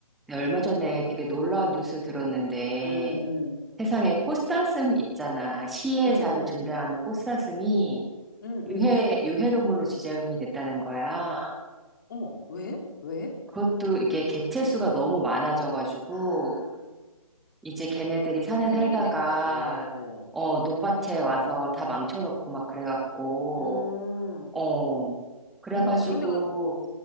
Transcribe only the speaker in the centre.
네, 얼마 전에 되게 놀라운 뉴스 들었는데
세상에 꽃사슴 있잖아. 시에
자주
등장하는 꽃사슴이
유해,
유해동물로 지정이 됐다는 거야.
그것도 이게 개체수가 너무 많아져가지고
이제 걔네들이 산에
살다가
어, 논밭에 와서 다 망쳐놓고 막 그래갖고
어, 그래가지고,